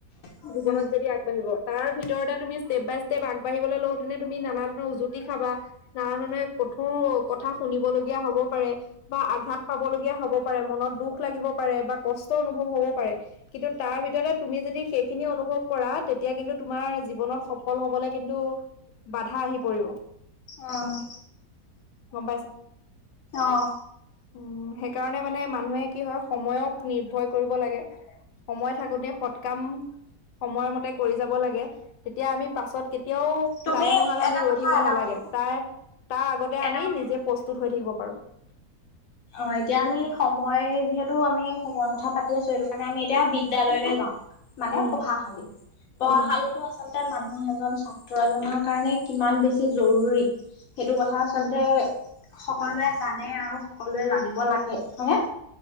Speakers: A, on the left (about 60°); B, on the left (about 85°).
A: উম,
B: জীৱনত যদি আগবাঢ়িব। তাৰ ভিতৰতে তুমি ষ্টেপ বাই ষ্টেপ আগবাঢ়িবলৈ লওঁ তেনে তুমি নানা ধৰণৰ উজুতি খাবা। নানা ধৰণে কঠোৰ কথা শুনিবলগীয়া হ'ব পাৰে বা আঘাত পাবলগীয়া হ'ব পাৰে, মনত দুখ লাগিব পাৰে বা কষ্ট অনুভৱ হ'ব পাৰে। কিন্তু তাৰ ভিতৰতে তুমি যদি সেইখিনি অনুভৱ কৰা তেতিয়া কিন্তু তোমাৰ জীৱনত সফল হ'বলৈ কিন্তু বাধা আহি পৰিব।
A: অঁ'
B: গম
A: অঁ।
B: উমঁ' সেইকাৰণে মানে মানুহে কি হয় সময়ক নিৰ্ভৰ কৰিব লাগে। সময় থাকোতে সৎ কাম সময়ৰ মতে কৰি যাব লাগে। তেতিয়া আমি পাছত কেতিয়াও
A: তুমি
B: টাইম অহালৈ
A: এটা
B: আমি ৰৈ
A: কথা
B: থাকিব
A: এটা
B: নালাগে।
A: কথা
B: টাইম তাৰ আগ তে
A: এটা
B: আমি
A: কথা
B: নিজে প্ৰস্তুত হৈ থাকিব পাৰোঁ।
A: অঁ' এতিয়া আমি সময় যিহেতু আমি সময়ৰ কথা পাতি আছো সেইটো কাৰণে আমি এতিয়া বিদ্যালয়লৈ যাওঁ। মানে
B: উম
A: পঢ়াশালী। পঢ়াশালীটো
B: উম
A: আচলতে মানুহ এজন ছাত্ৰ এজনৰ কাৰণে কিমান বেছি জৰুৰী সেইটো কথা। কথা আচলতে
B: উম
A: সকলোৱে জানে আৰু সকলোৱে জানিব লাগে, হয়নে?